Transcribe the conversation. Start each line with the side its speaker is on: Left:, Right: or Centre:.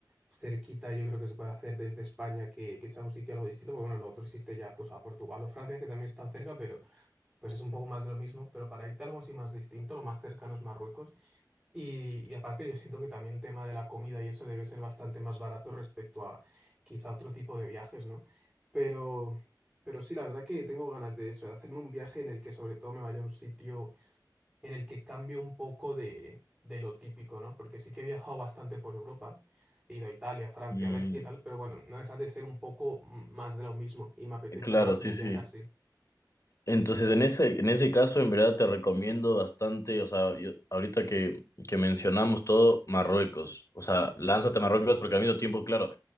Right: cerquita, yo creo que se puede hacer desde España, que, que sea un sitio algo distinto, porque bueno, lo otro existe ya pues a Portugal o Francia, que también están cerca, pero pues es un poco más de lo mismo. Pero para irte a algo así más distinto, lo más cercano es Marruecos. Y, y aparte yo siento que también el tema de la comida y eso debe ser bastante más barato respecto a quizá otro tipo de viajes, ¿no? Pero, pero sí, la verdad que tengo ganas de eso, de hacerme un viaje en el que sobre todo me vaya a un sitio en el que cambie un poco de, de lo típico, ¿no? Porque sí que he viajado bastante por Europa, he ido a Italia, Francia,
Left: Mm,
Right: Bélgica y tal, pero bueno, no deja de ser un poco mm, más de lo mismo y me apetece
Left: eh, Claro,
Right: ahora como
Left: sí,
Right: un
Left: sí.
Right: viaje así.
Left: Entonces, en ese, en ese caso, en verdad te recomiendo bastante, o sea, yo- ahorita que, que mencionamos todo, Marruecos, o sea, lánzate a Marruecos porque al mismo tiempo, claro,